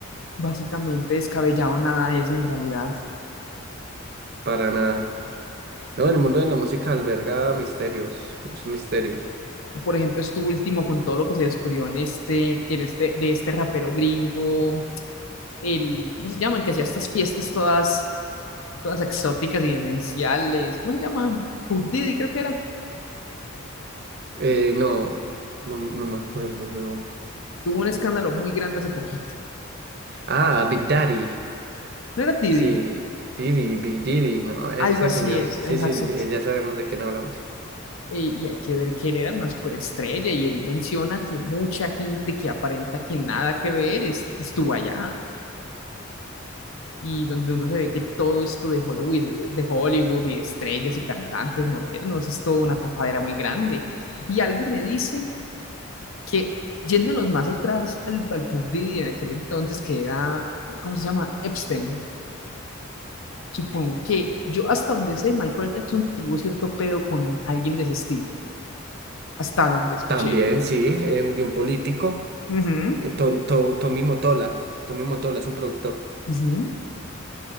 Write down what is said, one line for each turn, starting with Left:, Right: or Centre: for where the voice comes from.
Left: Básicamente descabellado nada es en realidad.
Right: Para nada. No, el mundo de la música alberga misterios, muchos misterios.
Left: O, Por ejemplo, esto último con todo lo que se descubrió en este, en este, de este rapero gringo, el, ¿cómo se llama? El que hacía estas fiestas todas todas exóticas y demenciales. ¿Cómo se llama? Puff Diddy creo que era.
Right: Eh, no, no, no me acuerdo, huevón.
Left: Tuvo un escándalo muy grande hace poquito.
Right: Ah, Big Daddy.
Left: ¿No era Diddy?
Right: Sí, Didi, Big Didi, no, ese
Left: Algo así
Right: señor.
Left: es,
Right: Sí,
Left: ajá,
Right: sí,
Left: exacto.
Right: sí, ya sabemos de quién hablamos.
Left: Eh, Y hay que ver que él era una superestrella y él menciona que mucha gente que aparenta que nada que ver es- estuvo allá. Y donde uno se ve que todo esto de Hollywood, de Hollywood y estrellas y cantantes modernos es toda una tapadera muy grande. Y algo me dice que yéndonos más atrás al, al pub Didi en aquel entonces, que era, ¿cómo se llama? Epstein. Supongo que yo hasta donde sé, Michael Jackson tuvo cierto pedo con alguien de ese estilo, hasta donde escuché.
Right: También, sí, eh, de un político,
Left: Ujú,
Right: eh, Tom- To- Tommy Motola. Tommy Motola es un productor.
Left: ujú.